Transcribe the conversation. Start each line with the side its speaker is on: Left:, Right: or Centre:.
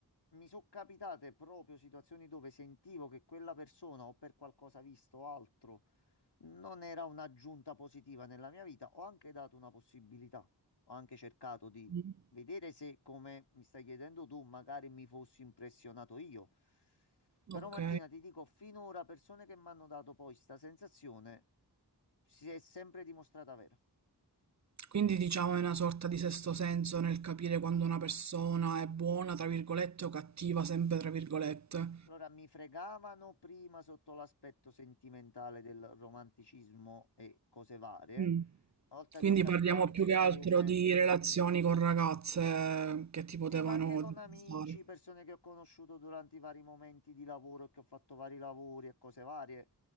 Left: mi sono capitate proprio situazioni dove sentivo che quella persona o per qualcosa visto o altro non era un'aggiunta positiva nella mia vita. Ho anche dato una possibilità, ho anche cercato di
Right: Mm,
Left: vedere se, come mi stai chiedendo tu, magari mi fossi impressionato io. Però
Right: ok.
Left: Martina, ti dico, finora persone che mi hanno dato poi questa sensazione si è sempre dimostrata vera.
Right: Quindi diciamo è una sorta di sesto senso nel capire quando una persona è buona, tra virgolette, o cattiva, sempre tra virgolette.
Left: Allora, mi fregavano prima sotto l'aspetto sentimentale del romanticismo e cose varie.
Right: Mm.
Left: Una volta
Right: Quindi
Left: che ho capito
Right: parliamo
Left: anche
Right: più che altro
Left: come
Right: di relazioni con ragazze che ti potevano
Left: Sì, ma anche con
Right: distare.
Left: amici, persone che ho conosciuto durante i vari momenti di lavoro, che ho fatto vari lavori e cose varie.